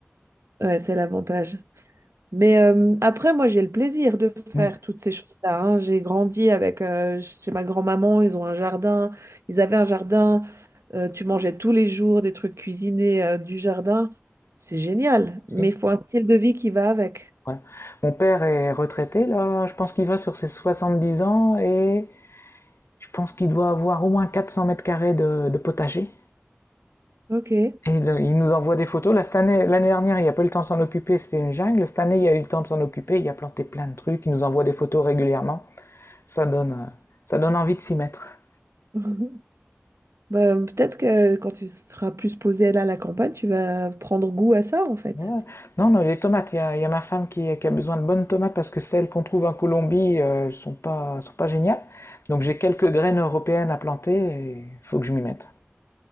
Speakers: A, on the right; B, on the left.
A: Ouais, c'est l'avantage. Mais euh, après, moi, j'ai le plaisir de
B: Hmm.
A: faire toutes ces choses-là. hein. J'ai grandi avec, euh, chez ma grand-maman, ils ont un jardin, ils avaient un jardin, euh, tu mangeais tous les jours des trucs cuisinés, euh, du jardin. C'est génial,
B: Si.
A: mais il faut un style de vie qui va avec.
B: Voilà. Mon père est retraité, là, je pense qu'il va sur ses soixante-dix ans et Je pense qu'il doit avoir au moins 400 mètres carrés de, de potager.
A: Ok.
B: Et donc, il nous envoie des photos. Là, cette année, l'année dernière, il n'y a pas eu le temps de s'en occuper, c'était une jungle. Cette année, il y a eu le temps de s'en occuper, il a planté plein de trucs, il nous envoie des photos régulièrement. Ça donne, euh, ça donne envie de s'y mettre.
A: <laughs> Bah, peut-être que quand tu seras plus posé là à la campagne, tu vas prendre goût à ça, en fait.
B: Ouais. Non, non, les tomates, il y a, y a ma femme qui, qui a besoin de bonnes tomates parce que celles qu'on trouve en Colombie euh, sont pas, sont pas géniales. Donc j'ai quelques graines européennes à planter et faut que je m'y mette.